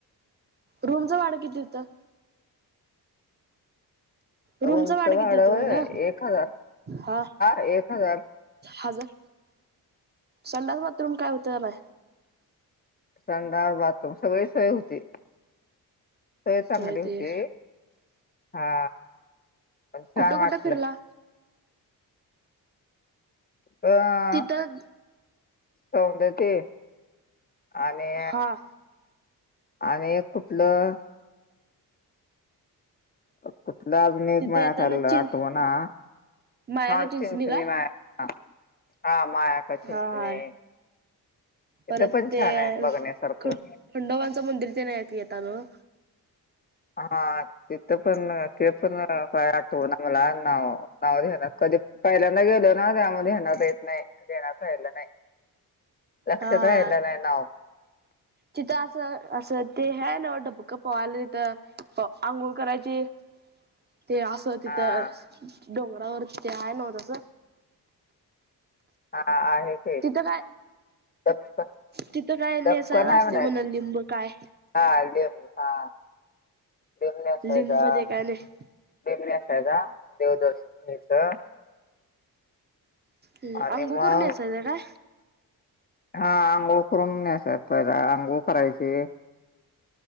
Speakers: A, on the right; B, on the left.
A: रूमच भाड किती हुत?
B: रूमचं
A: रूमच भाड
B: भाडं
A: किती हुतं
B: व्हय
A: म्हणलं
B: एक हजार
A: हा?
B: एक हजार
A: हजार, संडास बाथरूम काय हुतं का नाय?
B: संडास बाथरूम सगळी सोय हुती. सोय चांगली
A: होय
B: हुती
A: ते
B: हा पण छान
A: कुठं कुठं
B: वाटलं.
A: फिरला
B: आ
A: तिथं
B: सौंदती आणि
A: हा
B: आणि एक कुठलं कुठला अजून एक
A: तिथे
B: माया
A: येताना
B: खालन आठवणा
A: चिं माया
B: हा
A: का
B: चिंचणी
A: काय
B: माया हा हा माया का चिंचने
A: हा हाय
B: तिथं
A: परत
B: पण
A: ते
B: छान आय बघण्यासारखं.
A: ख खंडोबांचं मंदिर ते नायत येेता ना?
B: हा तिथ पण ते पण काय आठवना मला नाव. नाव घेणार कधी पहिल्यांद गेल्या जाऊद्या आम्हा ध्येनात येत नाय ध्येनात राहिलं नाय लक्षात
A: हा
B: राहिलं नाय नाव.
A: तिथं असं असं ते हे हाय न्हव डबकं पवायला तिथं आंघोळ करायची. ते असं तिथं
B: हा
A: डोंगरावर ते आय नव्ह तस?
B: हा आहे. ते
A: तिथं काय
B: डपक
A: तिथं काय
B: डपक
A: नेसायच
B: नाही
A: असतय
B: म्हणायचं
A: म्हण लिंब काय?
B: हा लिंब हा लिंब नेसायचा.
A: लिंब ते काय नाही
B: लिंब नेसायचा देवदर्शन निच
A: ह
B: आणि
A: अंंगूळ
B: मग
A: करून याचायचं जरा.
B: हा आंघोळ करून न्यासात पहिला. आंघोळ करायची